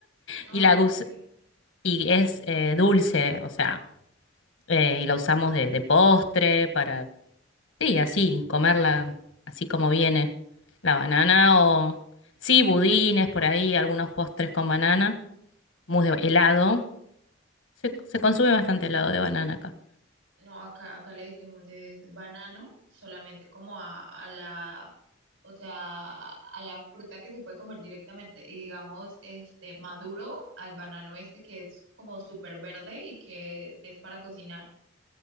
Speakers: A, on the right; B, on the left.
A: Ah,
B: y, la gus-
A: ok.
B: y es eh, dulce, o sea, eh, y la usamos de, de postre para, sí, así, comerla así como viene la banana o, sí, budines por ahí, algunos postres con banana. mousse de helado. Se, se consume bastante helado de banana acá.
A: No, acá, acá le decimos es banano, solamente como a, a la, o sea, a la fruta que se puede comer directamente. Y digamos, este maduro al banano este que es como súper verde y que es, es para cocinar.